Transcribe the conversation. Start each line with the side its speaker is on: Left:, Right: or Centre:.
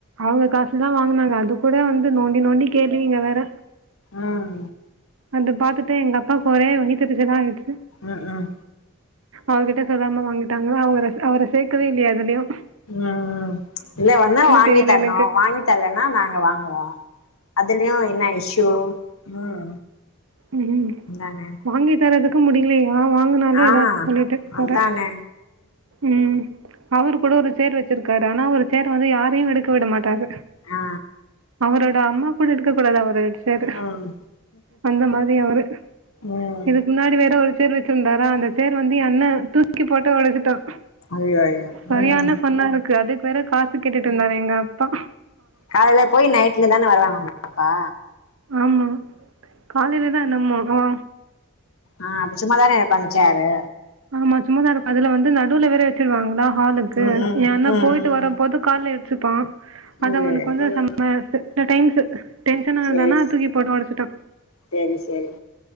Right: அவங்க காஸ்ல தான் வாங்கினாங்க அது கூட வந்து நோண்டி நோண்டி கேளுவிங்க வேற
Left: ம்
Right: அத பாத்துட்டு எங்க அப்பாக்கு ஒரே வயிதெரிச்சலா ஆயிச்சி
Left: ம் ம் ம்
Right: அவகிட்ட சொல்லாம வாங்கிட்டாங்கன்னா அவங்க அவர சேக்கவே இல்லயா எதுலயும்
Left: ம் இல்ல ஒன்னா வாங்கி
Right: தெரியல
Left: தரணும்
Right: எனக்கு
Left: வாங்கி தர்லன்னா நாங்க வாங்குவோம் அதுலயும் என்ன இஷயூ ம்
Right: உம் உம்
Left: அதானே
Right: வாங்கி தரது <inaudible> முடிலயா ஆ வாங்குனாலும்
Left: ஆ
Right: ஏதாச்சி சொல்லிட்டு குற
Left: அதானே
Right: ம் அவரு கூட ஒரு சேர் வச்சிருக்காரு ஆனா அவரு சேர் வந்து யாரயும் எடுக்க விட மாட்டாரு
Left: ஆ
Right: அவரோ அம்மா கூட எடுக்க கூடாது அடிச்சாரு
Left: ஆ ம்
Right: அந்த மாரியவுரு
Left: ம்
Right: இதுக்கு முன்னாடி வேற ஒரு சேர் வச்சிருந்தாரா அந்த சேர் வந்து என்ண்ண தூக்கி போட்டு உடச்சிட்டான்
Left: ஐயோ ஐயோ
Right: சரியான
Left: ம்
Right: ஃபன்னாருக்கு அதுக்கு வேற காசு கேட்டுட்டு இருந்தாரு எங்கப் ப்ப
Left: கால்ல போய் நைட்ல தானே வருவாங்க உங்கப்பா
Right: ஆமா காலையிலதான் என்னம்ம ஹா
Left: ஆஹ் அப்ப சும்மாதானே இருப்பாங்க ச்சரு
Right: ஆமா சும்மதான் இருப்பா அதுல வந்து நடுல வேற எச்சிடுவாங்களா ஹாலுக்கு
Left: ம் ம்
Right: ஏன்னா
Left: ம்
Right: போயிட்டு வரபோது கால எடுத்து ஸ்சபா அத
Left: ம்
Right: அவனுக்கு வந்து
Left: ம்
Right: சம் சில டைம்ஸ் டென்சனா
Left: சேரி
Right: இருந்தனா தூக்கி போட்டு உடச்சுட்டான்
Left: சேரி சேரி